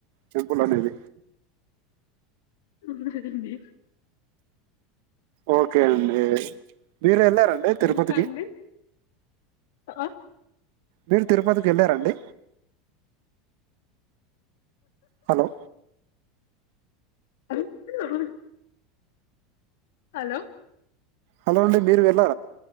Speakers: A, on the right; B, on the left.
A: టెంపులనేది
B: అవునండి
A: ఓకే అండి మీరెళ్ళార్ అండి తిరుపతికి
B: ఇంకా అండి ఆ
A: మీర్ తిరుపతికెళ్ళారండి హలో
B: హాల్లో హలో
A: హలో అండి మీర్ వెల్